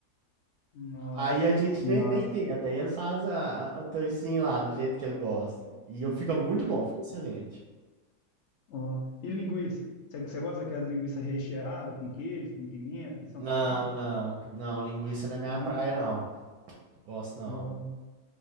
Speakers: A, on the left; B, on the right.
A: nossa
B: Aí a gente
A: senhora.
B: nem, nem tenta. Aí ele faz a, o toicinho lá, do jeito que ele gosta. E eu fica muito bom, fica excelente.
A: Ó. E linguiça? Você você gosta daquelas linguiças recheadas com queijo, com pimenta que estão
B: Não,
A: fazendo?
B: não, não, linguiça não é minha
A: Não.
B: praia, não. Gosto não.
A: Ó.